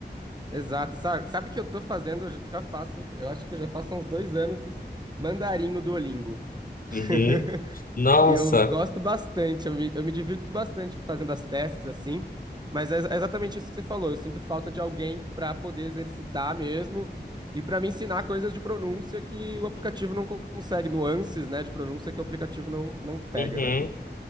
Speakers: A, on the right (about 25°); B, on the left (about 55°).
A: Exato. Sabe, sabe o que eu tô fazendo? Eu já faço, eu acho que eu já faço há uns dois anos mandarim no Duolingo. <laughs>
B: Uhum. Nossa.
A: Eu gosto bastante, eu me, eu me divirto bastante fazendo as tasks assim, mas é ex- é exatamente isso que você falou. Eu sinto falta de alguém para poder exercitar mesmo e para me ensinar coisas de pronúncia que o aplicativo não con- consegue, nuances, né, de pronúncia que o aplicativo não, não pega,
B: Uhum.
A: né?